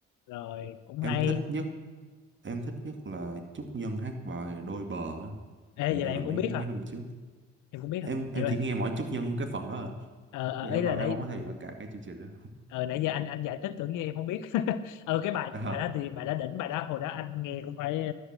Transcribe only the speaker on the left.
rồi cũng
hay
Ê,
vậy
là em
cũng biết
hả
em cũng biết
hả
vậy mà
ờ ờ,
ý là
nãy
ờ nãy giờ anh anh giải thích tưởng như em không biết <laughs> ờ cái bài
bài
đó thì bài đó đỉnh bài đó hồi đó anh nghe cũng phải